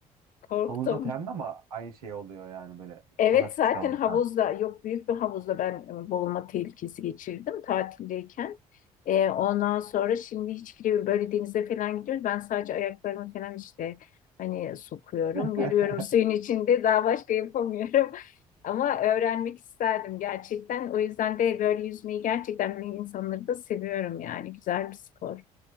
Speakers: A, on the left (about 45°); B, on the right (about 80°).
A: korktum.
B: Havuzda falan da ama aynı şey oluyor yani böyle
A: Evet
B: daha küçük
A: zaten
B: havuzlar.
A: havuzda yok büyük bir havuzda ben e, boğulma tehlikesi geçirdim tatildeyken. E, ondan sonra şimdi hiç giremiyorum. Böyle denize falan gidiyoruz. Ben sadece ayaklarımı falan işte hani sokuyorum,
B: <laughs>
A: yürüyorum suyun içinde daha başka yapamıyorum. <laughs> Ama öğrenmek isterdim gerçekten. O yüzden de böyle yüzmeyi gerçekten bilen insanları da seviyorum yani. Güzel bir spor.